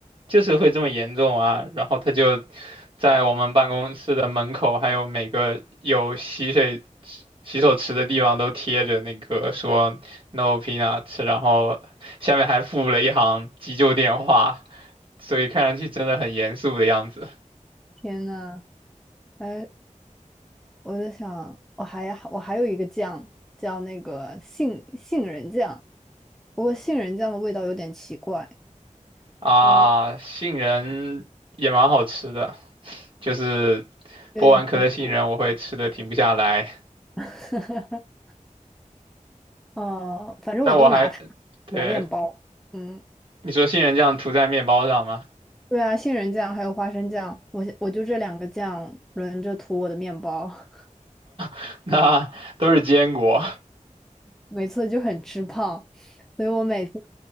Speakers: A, on the right; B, in the centre.
A: 就是会这么严重啊，然后他就在我们办公室的门口，还有每个有洗水洗手池的地方都贴着那个说 “No peanuts”，然后下面还附了一行急救电话，所以看上去真的很严肃的样子
B: 天呐，哎，我在想，我还我还有一个酱叫那个杏杏仁酱，不过杏仁酱的味道有点奇怪，
A: 啊。
B: 我
A: 杏仁也蛮好吃的，就是剥完壳的杏仁，
B: 有点苦苦。
A: 我会吃的停不下来，
B: <laughs> 呃，反正我都拿它抹面包。
A: 但我还。对，
B: 嗯，
A: 你说杏仁酱涂在面包上吗？
B: 对啊，杏仁酱还有花生酱，我我就这两个酱轮着涂我的面包，<laughs>
A: <laughs> 那都是坚果
B: 每次就很吃胖，所以我每次